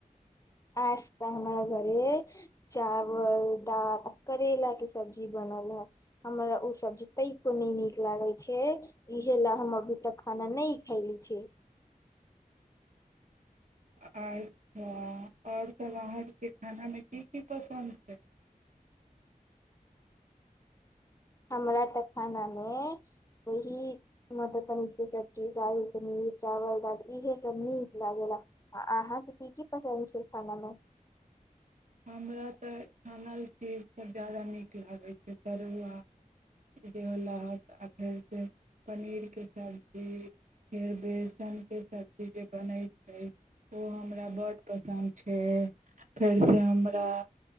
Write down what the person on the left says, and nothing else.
आस हमरा बरे चावल दाल आ करेलाक के सब्जी बनल हे हमरा ओ सब्जी तको नहि नीक लागै छै इहे लए हम अभी तक खाना नहि खायले छिय
हमरा तऽ खानामे वही मटर पनीरके सब्जी शाही पनीर चावल दाल इहे सब नीक लागे रहा आ अहाँके की की पसन्द छै खानामे